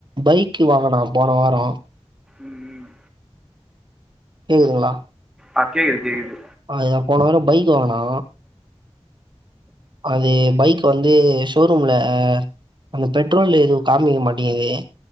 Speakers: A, on the right; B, in the centre.
A: பைக் வாங்குனா போன வார
B: ம் ம்
A: கேக்குதுங்களா
B: ஆ கேக்குது கேக்குது
A: அதுல போன வார பைக் வாங்குனா அது பைக் வந்து ஷோரூம்ல அந்த பெட்ரோல் இது காமிக்க மாட்டிங்குது